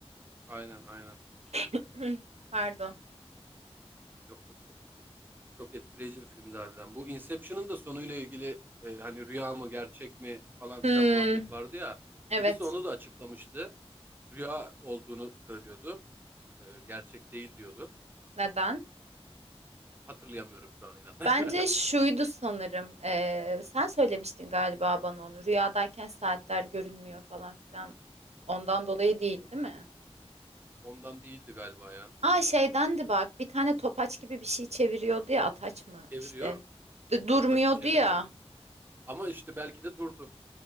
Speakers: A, on the right; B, on the right.
A: Aynen aynen.
B: <clears throat> Pardon.
A: Yok yok sorun değil. Çok etkileyici bir filmdi harbiden. Bu Inception'ın da sonuyla ilgili e, hani rüya mı gerçek mi falan filan
B: Hmm,
A: muhabbeti vardı ya.
B: Evet.
A: Birisi onu da açıklamıştı. Rüya olduğunu söylüyordu. E, gerçek değil diyordu.
B: Neden?
A: Hatırlayamıyorum şu an inan. <laughs>
B: Bence şuydu sanırım. Ee, sen söylemiştin galiba bana onu. Rüyadayken saatler görünmüyor falan filan. Ondan dolayı değil, değil mi?
A: Ondan değildi galiba ya.
B: Aa şeydendi bak. Bir tane topaç gibi bir şey çeviriyordu ya. Ataç mı
A: Çeviriyor.
B: işte? D-
A: Topaçı
B: durmuyordu
A: çeviriyor.
B: ya.
A: Ama işte belki de durdu.